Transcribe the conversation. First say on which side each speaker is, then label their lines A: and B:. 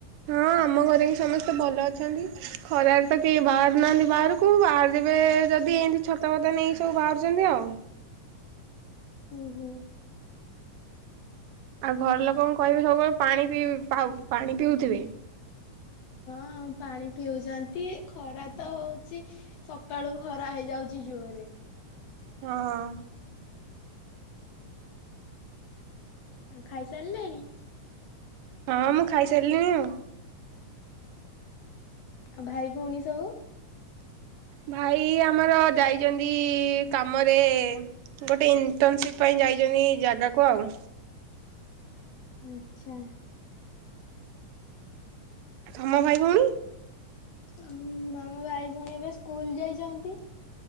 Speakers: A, on the right (about 85°); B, on the left (about 70°).
A: ହଁ ଆମ ଘରେ ହି ସମସ୍ତେ ଭଲ ଅଛନ୍ତି ଖରାରେ ତ କେହି ବାହାରୁନାହାନ୍ତି ବାହାରକୁ ବାହାରିବେ ଯଦି ଏମତି ଛତା ଫତା ନେଇ ସବୁ ବାହାରୁଛନ୍ତି ଆଉ।
B: ହୁଁ ହୁଁ ।
A: ଆଉ ଘର ଲୋକଙ୍କୁ କହିବେ ସବୁବେଳେ ପାଣି ପିଇ ଆଉ ପାଣି ପିଉଥିବେ।
B: ହଁ ପାଣି ପିଉଛନ୍ତି ଖରା ତ ହଉଛି ସକାଳୁ ଖରା ହେଇଯାଉଛି ଜୋରରେ।
A: ହଁ
B: ଖାଇ ସାରିଲେଣି?
A: ହଁ ମୁଁ ଖାଇସାରିଲିଣି ଆଉ।
B: ଆଉ ଭାଇ ଭଉଣୀ ସବୁ?
A: ଭାଇ ଆମର ଯାଇଛନ୍ତି କାମରେ ଗୋଟେ ଇଣ୍ଟର୍ନସିପ ପାଇଁ ଯାଇଛନ୍ତି ଜାଗାକୁ ଆଉ।
B: ଉଁ ଆଚ୍ଛା
A: ତମ ଭାଇ ଭଉଣୀ?
B: ଆ ଆମ ଭାଇ ଭଉଣୀ ଏବେ ସ୍କୁଲ ଯାଇଚନ୍ତି